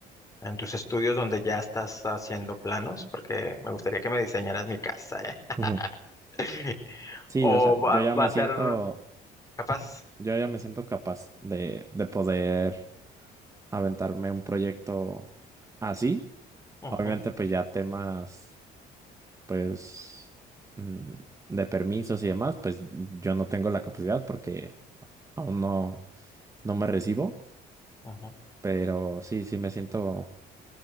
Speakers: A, on the left; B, on the right.
A: en tus estudios donde ya estás haciendo planos, porque me gustaría que me diseñaras mi casa, ¿eh?
B: Ujú.
A: <laughs>
B: Sí,
A: O
B: o sea,
A: va,
B: yo ya me
A: va a
B: siento,
A: ser capaz.
B: yo ya me siento capaz de, de poder aventarme un proyecto así.
A: Ujú,
B: Obviamente, pues ya temas, pues, mm, de permisos y demás, pues yo no tengo la capacidad porque aún no, no me recibo,
A: ujú.
B: pero sí, sí me siento